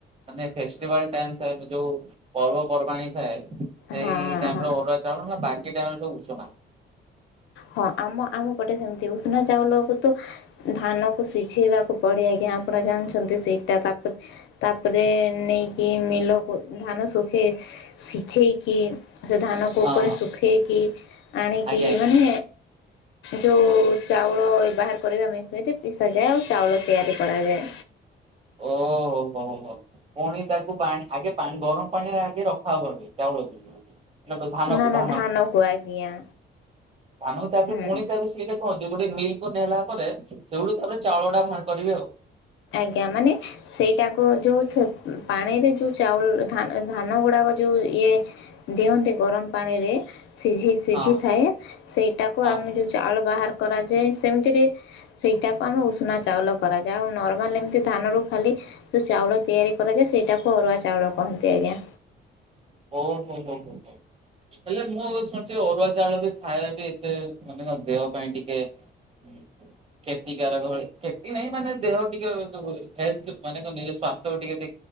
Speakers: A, on the right (about 30°); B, on the left (about 75°).
A: ମାନେ ଫେଷ୍ଟିଭାଲ ଟାଇମ ଥାଏ ଯୋଉ ପର୍ବପର୍ବାଣି ଥାଏ ସେଇ
B: ହଁ
A: ଟାଇମରେ
B: ହଁ।
A: ଅରୁଆ ଚାଉଳ ନା ବା ସେଇଟାଇମେ ସବ ଉସୁନା।
B: ହଁ ଆମ ଆମ ପଟେ ସେମିତି ଉଷୁନା ଚାଉଲ କୁ ତ ଧାନ କୁ ସିଝେଇବାକୁ ପଡେ ଆଜ୍ଞା ଆପଣ ଜାଣିଛନ୍ତି ସେଇଟା ତାପରେ ତାପରେ ନେଇକି ମିଲକୁ ଧାନ ଶୁଖେଇ ସିଝେଇକି ସେ ଧାନକୁ
A: ହଁ
B: ଉପରେ
A: ହଁ
B: ଶୁଖେଇକି ଆଣିକି
A: ଆଜ୍ଞା ଆଜ୍ଞା।
B: ମାନେ ଯୋଉ ଚାଉଳ ବାହାର କରିବା ମେସିନରେ ପିସାଯାଏ ଆଉ ଚାଉଳ ତିଆରି କରାଯାଏ।
A: ଓହୋ ହୋୋ ପୁଣି ତାକୁ ପାଣି ଆଗେ ପାଣି ଗରମ ପାଣିରେ ଆଗେ ରଖା ହବ ଆଗେ ଚାଉଳକୁ। ଏ ଧାନକୁ
B: ନା
A: ଧାନକୁ
B: ନା ଆଜ୍ଞା
A: ଧାନକୁ ତାପରେ
B: ହୁଁ।
A: ପୁଣି ତାକୁ ସିରେ କୁହନ୍ତି ଗୋଟେ ମିଲ କୁ ନେଲା ପରେ ସେଗୁଠୁ ତାପରେ ଚାଉଳ ଟା ବାହାର କରିବେ ଆଉ।
B: ଆଜ୍ଞା ମାନେ ସେଇଟାକୁ ଯୋଉ ପାଣିରେ ଯୋଉ ଚାଉଳ ଧାନ ଧାନ ଗୁଡ଼ାକ ଯୋଉ ଇଏ ଦିଅନ୍ତି ଗରମ ପାଣିରେ ସିଝି ସିଝି
A: ଆଉ
B: ଥାଏ ସେଇଟାକୁ
A: ହଁ
B: ଆମେ ଯୋଉ ଚାଉଳ ବାହାର କରାଯା ଯେ ସେମିତିରେ ସେଇଟାକୁ ଆମେ ଉଷୁନା ଚାଉଳ କରାଯାଏ ଆଉ ନ ମାନେ ଏମିତି ଧାନ ର ଖାଲି ଯୋଉ ଚାଉଳ ତିଆରି କରାଯାଏ ସେଇଟାକୁ ଅରୁଆ ଚାଉଳ କହନ୍ତି ଆଜ୍ଞା
A: ଓହୋ ହୋ ହୋ ହୋ ହେଲେ ମୁଁ ଶୁଣିୁଛି ଅରୁଆ ଚାଉଳ ବି ଖାଇବା ବି ଏତେ ମାନେଙ୍କ ଦେହ ପାଇଁ ଟିକେ କ୍ଷତିକାରକ ଭଳି କ୍ଷତି ନାହିଁ ମାନେ ଦେହ ଟିକେ ହେଲଥ ମାନେ ତ ନିଜ ସ୍ୱାସ୍ଥ୍ୟକୁ